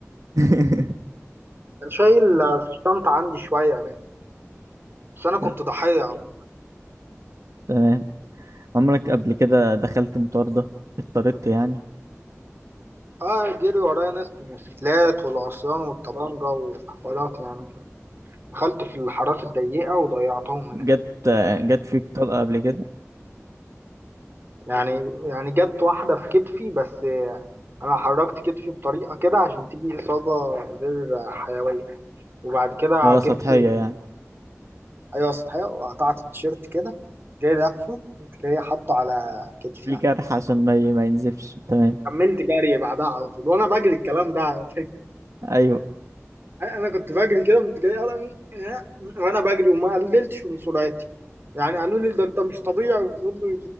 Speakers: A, on the right; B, on the right.
A: <laughs>
B: كان شايل في الشنطة عندي شوية منه بس انا كنت
A: ت-
B: ضحية عمو.
A: تمام عمرك قبل كده دخلت مطاردة اضطريت يعني
B: اه جري ورايا ناس بالموتوسيكلات والعصيان والطبانجة وحوارات يعني كده دخلت في الحارات الضيقة وضيعتهم
A: جت
B: هناك
A: جت فيك طلقة قبل كده
B: يعني يعني جت واحدة في كتفي بس أنا حركت كتفي بطريقة كده عشان تيجي إصابة غير حيوية وبعد كده
A: اه
B: جبت
A: سطحية يعني
B: أيوة سطحية وقطعت التيشيرت كده جاي لفه كنت جاي حاطه على كتفي
A: ليه
B: يعني
A: جرح عشان ما ي- ما ينزفش تمام
B: كملت جري بعدها على طول وأنا بجري الكلام ده على فكرة
A: ايوه
B: أنا كنت بجري كده كنت جاي وأنا بجري وما قللتش من سرعتي يعني قالوا لي ده أنت مش طبيعي وفضلوا